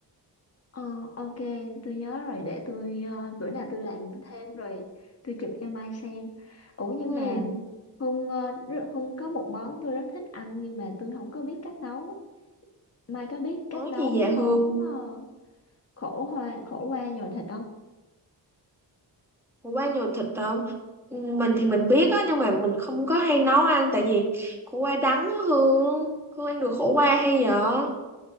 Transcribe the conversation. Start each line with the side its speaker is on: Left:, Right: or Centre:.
Left: Ờ, ok, tôi nhớ rồi để tôi ờ, bữa nào tôi làm thêm rồi tôi chụp cho Mai xem. Ủa nhưng
Centre: ừ
Left: mà Hung ờ, rất- Hung có một món tôi rất thích ăn nhưng mà tôi không có biết cách nấu. Mai có biết
Centre: món
Left: cách nấu
Centre: gì vậy Hương
Left: món ờ, khổ hoa khổ qua nhồi thịt không?
Centre: Ủa, qua nhiều thịt không? Ừ, Mình thì mình biết á nhưng mà mình không có hay nấu ăn tại vì khổ qua đắng á Hương. Hương ăn được khổ qua hay vậy?